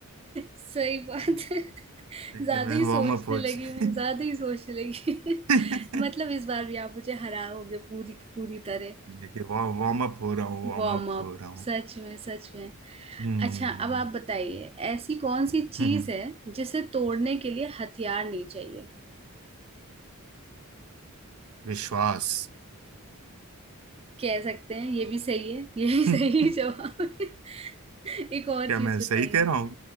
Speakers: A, on the right; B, on the right.
A: सही बात है
B: देखिए
A: ज्यादा
B: मैं
A: ही सोचने
B: वार्म अप हो
A: लगी
B: जाए
A: मैं ज्यादा ही सोचने लगी
B: <laughs>
A: <laughs> मतलब इस बार भी आप मुझे हराओगे पूरी पूरी तरह
B: देखिए वार्म अप हो रहा हूँ वार्म
A: Warm
B: अप
A: up
B: हो रहा हूँ
A: सच में सच में
B: हम्म
A: अच्छा अब आप बताइए ऐसी कौन सी चीज
B: हम्म, हम्म,
A: है जिसे तोड़ने के लिए हथियार नहीं चाहिए
B: विश्वास
A: कह सकते हैं ये भी सही है ये भी
B: <laughs>
A: सही
B: क्या
A: <laughs> जवाब है। एक और चीज
B: मैं
A: बताइए
B: सही कह रहा हूँ